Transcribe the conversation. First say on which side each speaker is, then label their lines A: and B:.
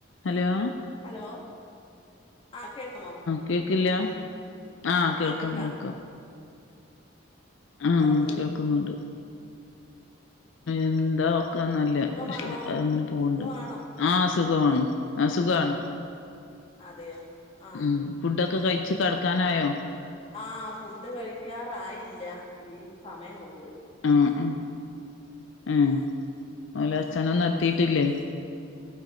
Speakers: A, on the left; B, on the left.
A: Hello
B: hello ആ കേൾക്കുമോ?
A: കേൾക്കില്ല ആ കേൾക്ക്ണ്ട്
B: കേൾക്കാം
A: കേൾക്ക്ണ്ട് ആ
B: എന്തോ ഉണ്ട്
A: കേൾക്കുന്നുണ്ട്. എന്താ <unintelligible> നല്ല
B: സുഖമാണോ
A: പക്ഷെ അങ്ങനെ പോവ്ണ്ട്
B: സുഖമാണോ
A: ആ സുഖമാണ് സുഖാണ്
B: അതെയോ ആ
A: ഉം ഫുഡ് ഒക്കെ കഴിച്ച് കെടക്കാനായോ?
B: ആ ഫുഡ് കഴിക്കാറായില്ല ഇനിയും സമയംമുണ്ട്.
A: <unintelligible> ഏ ഓല അച്ഛനെന്നും എത്തിയിട്ടില്ലോ?